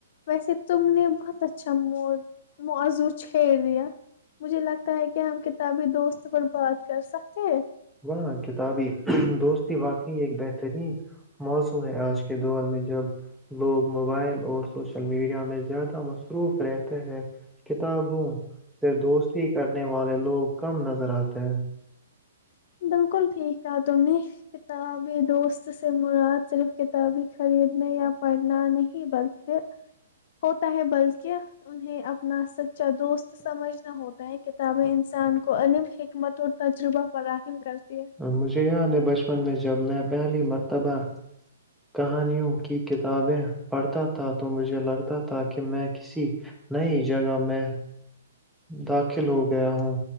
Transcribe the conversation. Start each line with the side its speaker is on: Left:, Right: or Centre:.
Left: ویسے تم نے بہت اچھا موضوع چھیڑ دیا مجھے لگتا ہے کہ ہم کتابی دوست پر بات کر سکتے ہیں
Centre: وہاں کتابی دوستی واقعی ایک بہترین موضوع ہے آج کے دور میں جب لوگ موبائل اور سوشل میڈیا میں زیادہ مصروف رہتے ہیں کتابوں سے دوستی کرنے والے لوگ کم نظر آتے ہیں
Left: بالکل ٹھیک ہے تم نے کتابیں دوست سے مراد صرف کتاب ہی خریدنے یا پڑھنا نہیں بلکہ ہوتا ہے بلک <unintelligible> اپنا سچا دوست سمجھنا ہوتا ہے کہ تابہ انسان کو عم حکمت اور تجربہ فراہم کرتی ہے
Centre: مجھے یاد ہے بچپن میں جب میں پہلی مرتبہ کہانیوں کی کتابیں پڑھتا تھا تو مجھے لگتا تھا کہ میں کسی نئی جگہ میں داخل ہو گیا ہوں